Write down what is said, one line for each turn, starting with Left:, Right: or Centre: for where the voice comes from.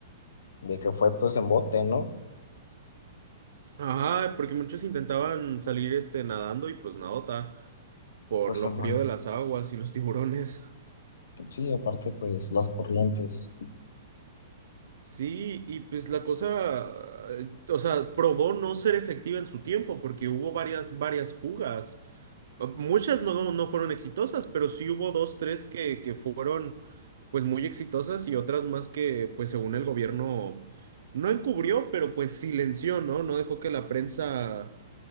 Left: de que fue, pues, en bote, ¿no?
Right: Ajá, porque muchos intentaban salir este nadando y pues nadota por
Left: Pues,
Right: lo
Left: en
Right: frío de las aguas y los <laughs> tiburones.
Left: sí, aparte, pues, las corrientes.
Right: Sí, y pues la cosa, eh, o sea, probó no ser efectiva en su tiempo porque hubo varias, varias fugas. Ah, Muchas no, no fueron exitosas, pero sí hubo dos, tres que, que fueron pues muy exitosas y otras más que pues según el gobierno no encubrió, pero pues silenció, ¿no? No dejó que la prensa